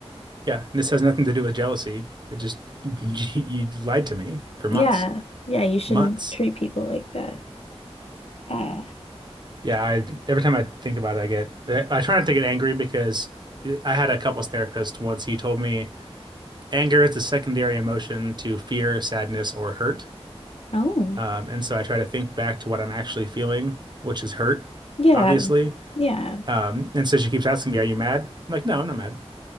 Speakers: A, on the right; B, on the left.
A: Yeah, and this has nothing to do with jealousy. It just <laughs> you lied to me for
B: Yeah.
A: months,
B: Yeah, you shouldn't
A: months.
B: treat people like that. Oh.
A: Yeah, I every time I think about it, I get I try not to get angry because I had a couples therapist once. He told me anger is the secondary emotion to fear, sadness, or hurt.
B: Oh.
A: Um, and so I try to think back to what I'm actually feeling, which is hurt,
B: Yeah.
A: obviously.
B: Yeah.
A: Um, and so she keeps asking me, "Are you mad?" I'm like, "No, I'm not mad.